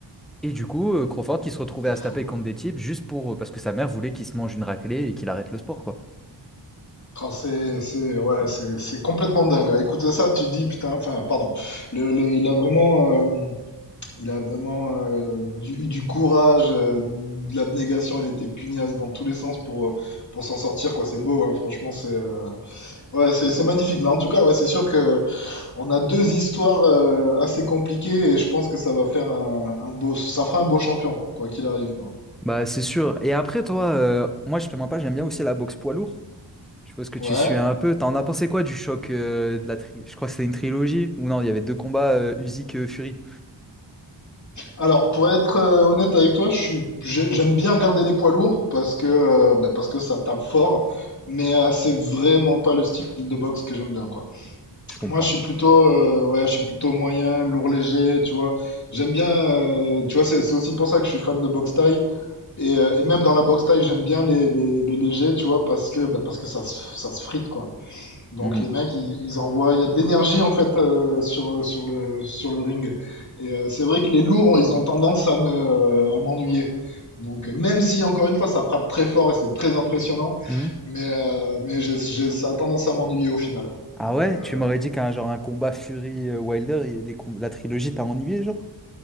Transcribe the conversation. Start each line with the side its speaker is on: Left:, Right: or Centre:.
Centre: Et du coup, euh, Crawford qui se retrouvait
Left: C'est
Centre: à
Left: fou.
Centre: se taper contre des types juste pour euh, parce que sa mère voulait qu'il se mange une raclée et qu'il arrête le sport, quoi.
Left: Ah, c'est, c'est, ouais, c'est, c'est complètement dingue. Écoutez ça, tu te dis, putain, enfin, pardon. Le, le- il a vraiment, euh, il a vraiment euh, du- eu du courage, euh, de l'abnégation. Elle était pugnace dans tous les sens pour, euh, pour s'en sortir, quoi. C'est beau, hein, franchement, c'est, euh, ouais, c'est, c'est magnifique. Mais en tout cas, ouais, c'est sûr que on a deux histoires euh, assez compliquées et je pense que ça va faire un, un beau, ça fera un beau champion, quoi qu'il arrive, quoi.
Centre: Bah, c'est sûr. Et après, toi, euh, moi, je te mens pas, j'aime bien aussi la boxe poids lourd. Je pense que
Left: Ouais.
Centre: tu suis un peu. T'en as pensé quoi du choc euh, de la tri... Je crois que c'était une trilogie. Ou non, il y avait deux combats euh, Usyk euh, Fury.
Left: Alors, pour être euh, honnête avec toi, je suis, j'ai- j'aime bien regarder les poids lourds parce que, euh, bah, parce que ça tape fort, mais euh, c'est vraiment pas le style de boxe que j'aime bien, quoi.
Centre: Je comprends.
Left: Moi, je suis plutôt, euh, ouais, je suis plutôt moyen, lourd léger, tu vois. J'aime bien, euh, tu vois, c'est c'est aussi pour ça que je suis fan de boxe thaï. Et, euh, et même dans la boxe thaï, j'aime bien les, les, les légers, tu vois, parce que, bah, parce que ça se, ça se frite, quoi. Donc
Centre: Mhm.
Left: les mecs, ils, ils envoient, il y a de l'énergie en fait euh, sur, sur le, sur le ring. Et euh, c'est vrai que les lourds, ils ont tendance à me, euh, à m'ennuyer. Donc euh, même si encore une fois ça frappe très fort et c'est très impressionnant,
Centre: Mhm.
Left: mais, euh, mais j'ai, j'ai- ça a tendance à m'ennuyer au final.
Centre: Ah
Left: Donc
Centre: ouais,
Left: euh,
Centre: tu m'aurais dit qu'un genre un combat Fury euh, Wilder, il- les com- la trilogie t'a ennuyé, genre?